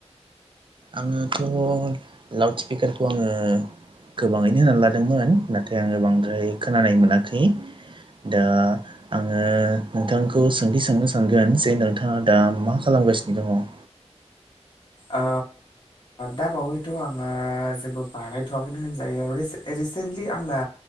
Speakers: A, on the right; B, on the left.
A: आङोथ' लाउड स्पिकारखौ आङो गोबाङैनो होनानै लादोंमोन नाथाय आङो बांद्राय खोनानाय मोनाखै। दा आङो नोंथां खौ सोंथि सोंनो सानगोन जे नोंथाङा दा मा खालामगासिनो दङ?
B: आ दा बावैथ' आङो जेबो बानायथ'वाखैनो होनजायो आरो रि-रिसेन्टलि आंना